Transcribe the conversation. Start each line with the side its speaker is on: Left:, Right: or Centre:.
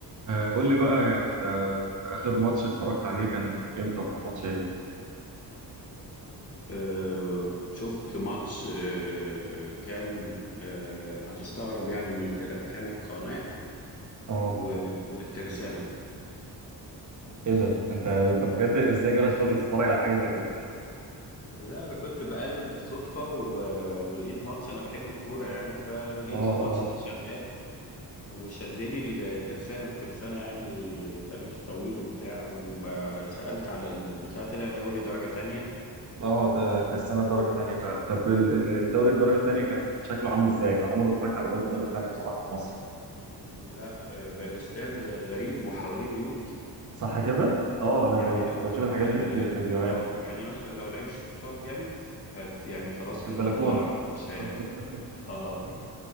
Right: آه، قول لي بقى يعني انت اخر ماتش اتفرجت عليه كان امتى وكان ماتش ايه؟
Left: آه، شفت ماتش آه، كان آه، هتستغرب يعني من الفرق كان القناع
Right: اه
Left: و- والترسانة
Right: ايه ده انت انت بجد ازاي جالك خلق تتفرج على حاجه زي كده؟
Left: لا انا كنت بقلب بالصدفة و- ولقيت ماتش انا بحب الكورة يعني فلقيت
Right: اه
Left: الماتش
Right: اه
Left: ده شغال وشدني الترسانة الترسانة يعني تاريخ طويل وبتاع وسألت على البتاع طلع دوري درجة تانية
Right: اه ده ترسانة درجة تانية فعلا طب ال- ال- الدوري الدرجه الثانيه كان شكله عامل ازاي؟ انا عمري ما اتفرجت على دوري الدرجه الثانيه بصراحه في مصر.
Left: م- لا آه، بقى الاستاد غريب وحواليه بيوت
Right: صح كده؟ اه انا
Left: يعني
Right: ب-
Left: لو
Right: كنت بشوف
Left: ال
Right: الحاجات دي في فيديوهات
Left: لو يعني مثلا لو لعيب شاط جامد هت يعني خلاص كده
Right: في البلكونه
Left: ضاعت مش
Right: <laughs>
Left: هي... اه